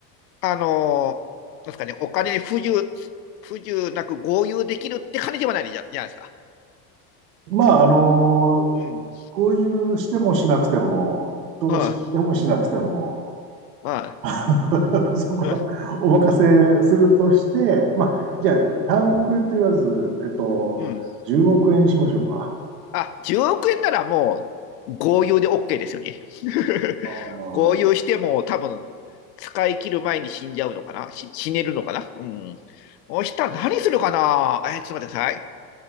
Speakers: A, on the left (about 75°); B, on the right (about 85°).
A: あの、なんですかね、お金に不自由、不自由なく豪遊できるって感じではないじゃ、じゃないですか。
B: まあ、あの、
A: うん。
B: こういうしてもしなくても、投資してもしなくても、
A: はい、は
B: <laughs> そこはお任せするとして、
A: い、うん、
B: まあ、じゃあ3億円と言わず、えっと、
A: うん。
B: 10億円にしましょうか。
A: あ、10億円ならもう豪遊で OK ですよね。<laughs>
B: あー
A: 豪遊しても多分使い切る前に死んじゃうのかなし死ねるのかなうん。そしたら何するかなえー、ちょっと待ってください。